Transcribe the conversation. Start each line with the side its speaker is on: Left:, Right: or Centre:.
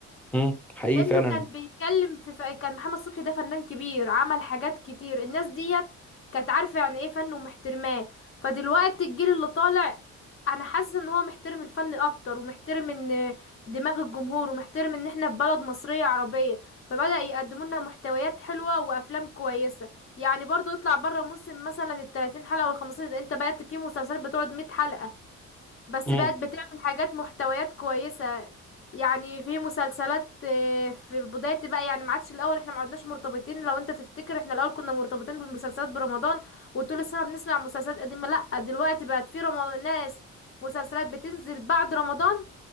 Centre: امم حقيقي
Left: انه
Centre: فعلا
Left: كان بيتكلم في ف- كان محمد صبحي ده فنان كبير عمل حاجات كتير الناس ديت كانت عارفة يعني ايه فن ومحترماه فدلوقتي الجيل اللي طالع انا حاسة ان هو محترم الفن اكتر ومحترم ان دماغ الجمهور ومحترم ان احنا في بلد مصرية عربية فبدأ يقدموا لنا محتويات حلوة وافلام كويسة يعني برضو يطلع بره موسم مثلا ال 30 حلقة وال 15 انت بقى في مسلسلات بتقعد 100 حلقة بس
Centre: امم
Left: بقت بتعمل حاجات محتويات كويسة يعني في مسلسلات آه، في بداية بقى يعني ما عادش الأول احنا ما عدناش مرتبطين لو انت تفتكر احنا الأول كنا مرتبطين بالمسلسلات برمضان وطول السنة بنسمع مسلسلات قديمة لأ دلوقتي بقت في رمضان ناس مسلسلات بتنزل بعد رمضان